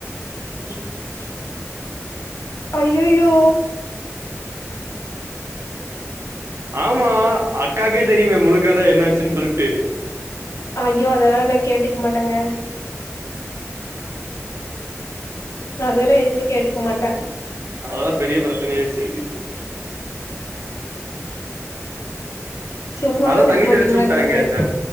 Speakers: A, on the right (about 55°); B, on the left (about 65°).
A: <inaudible>
B: ஐயயோ
A: ஆமா அக்காக்கே தெரியுமே முழுக்கத என்னாச்சுன் சொல்ட்டு
B: ஐயோ அதெல்லா நா கேட்டுக்க மாட்டேங்க அ அதெல்லா எதுமே கேட்டுக்க மாட்ட
A: அதெல்லா பெரிய பிரச்சன ஆயிருச்சு
B: சும்மாவே
A: அதா
B: இருக்க
A: தண்ணி
B: மாட்டீங்களாட்ருக்கு
A: தெளிச்சு உட்டாங்கெ என்ன